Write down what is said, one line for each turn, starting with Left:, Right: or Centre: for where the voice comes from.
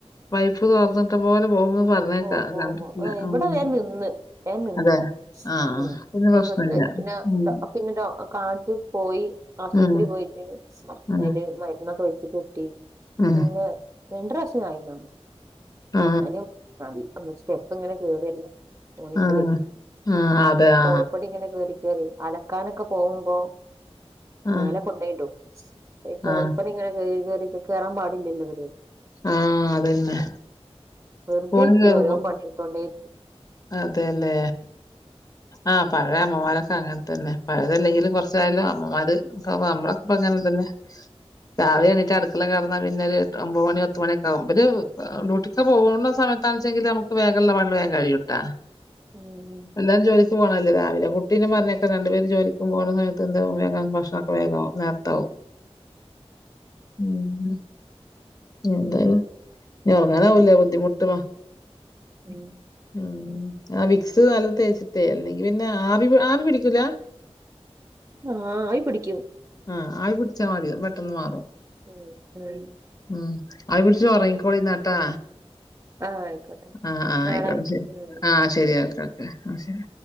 Left: പൈപ്പ് തൊറന്നിട്ട പോലെ പോകുംന്ന് പറഞ്ഞേക്കാ.
Right: പോം പോം
Left: കണ്ടിട്ടില്ല.
Right: പോം ഇവിടെ
Left: ഉം.
Right: വേം നിന്ന്. വേം നിന്ന്.
Left: അതെ. ആ
Right: ഉം പിന്നെ
Left: പ്രശ്നമില്ല.
Right: പ്രശ്നം ഇല്ല. പിന്നെ
Left: ഉം.
Right: ഡോ പിന്നെ ഡോ കാണിച്ച് പോയി ആശുപത്രി
Left: ഉം.
Right: പോയിട്ട്
Left: ഉം.
Right: അയ്ല് മരുന്നൊക്കെ വെച്ച് കെട്ടി.
Left: ഉം.
Right: പിന്നെ രണ്ട് പ്രാവശ്യം
Left: ആ.
Right: <unintelligible> മാറി. അമ്മ സ്റ്റെപ്പ് ഇങ്ങനെ കേറല്ലേ. കോണിപ്പടി
Left: ആ. ആ. അതെ. ആ.
Right: കോണിപ്പടി ഇങ്ങനെ കേറി കേറി അലക്കാനൊക്കെ പോകുമ്പോ
Left: ആ.
Right: മേലെ കൊണ്ടോയ്ടും ഈ ഗോണിപ്പടി
Left: ആ.
Right: ഇങ്ങനെ കേറി കേറി കെയറാൻ പാടില്ലല്ലോ ഇവര്.
Left: ആഹ് അതന്നെ.
Right: വെറുതേ
Left: ഫോണിൽ
Right: ഇരിക്കില്ലാ.
Left: കേറുമ്പോ
Right: ഓരോ പണിയെടുത്തോണ്ടിരിക്കും.
Left: അതെല്ലേ. ആഹ് പഴയ അമ്മമാരൊക്കെ അങ്ങനെ തന്നെ പ. ഴയതല്ലെങ്കിലും കുറച്ചായാലും അമ്മമാര് നമ്മളൊക്കെ അങ്ങനെ തന്നെ. രാവിലെ എണീട്ട് അടുക്കളെ കടന്നാ പിന്നെ ഒരു ഒമ്പത് മണി പത്തുമണിയൊക്കെ ആകും. അവര് ഡ്യൂട്ടിക്ക് പോകുന്ന സമയത്താണെച്ചെങ്കി നമുക്ക് വേഗമുള്ള പണികള് വേഗം കഴിയൂട്ടാ.
Right: ഉം
Left: എല്ലാ ജോലി ക്കു പോണതല്ലേ രാവിലെ. കുട്ടീനെ പറഞ്ഞയക്കാൻ രണ്ടുപേര് ജോലിക്കും പോകണ സമയത്ത് എന്താ വേഗം ഭക്ഷണൊക്കെ വേഗാവും നേര ട്ടോ ഉം എന്തണ് ഇനി ഇറങ്ങാനാവൂല്ലേ ബുദ്ധിമുട്ട്. മ
Right: ഉം
Left: ഉം ആ വിക്സ് നല്ല തേച്ചട്ടേ അല്ലെങ്കി പിന്നെ ആവി പിടിക്കൂല?
Right: ആഹ് ആവി പിടിക്കും.
Left: ആഹ് ആവി പിടിച്ചാ മതി. പെട്ടെന്ന് മാറും.
Right: ഉം
Left: ഉം ആവി പിടിച്ചു ഉറങ്ങിക്കോളി എന്നാട്ടാ.
Right: ആഹ് ആയിക്കോട്ടെ
Left: ആഹ് ആഹ്
Right: നാളെ
Left: ആയിക്കോട്ടെ
Right: വിളിക്കാം
Left: ശരി.
Right: ഉം
Left: ആഹ് ശരി. ഓക്കെ ഓക്കെ ആഹ് ശരി.